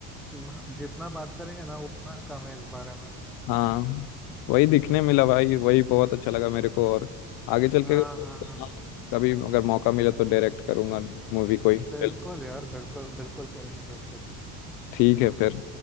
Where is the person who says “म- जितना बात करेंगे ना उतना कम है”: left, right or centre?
Centre